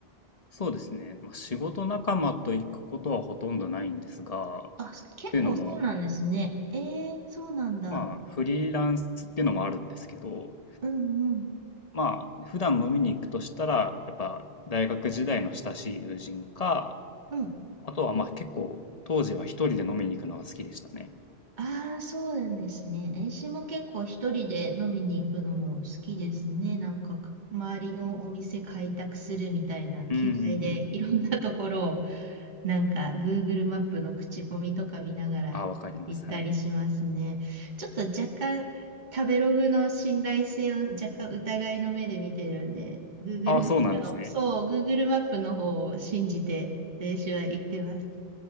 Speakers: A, on the left; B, on the right.
A: そうですね。まあ、仕事仲間と行くことはほとんどないんですが、
B: あ、結構そうなんですね。
A: というのも、
B: えー、そうなんだ。
A: まあ、フリーランスっていうのもあるんですけど、
B: うんうん。
A: まあ、普段飲みに行くとしたら、やっぱ大学時代の親しい友人か、
B: うん
A: あとはまあ結構当時は一人で飲みに行くのが好きでしたね。
B: ああ、そうなんですね。私も結構一人で飲みに行くのも好きですね。なんかか、周りのお店開拓するみたいな気概で、
A: うんうんうん。
B: いろんなところを、なんか、Google マップの口コミとか見ながら行ったりしますね。
A: あわかります。はい。
B: ちょっと若干、食べログの信頼性を若干疑いの目で見てるんで、Google
A: あ、
B: マップの、
A: そうなんですね。
B: そう、Google マップの方を信じて、練習は行ってます。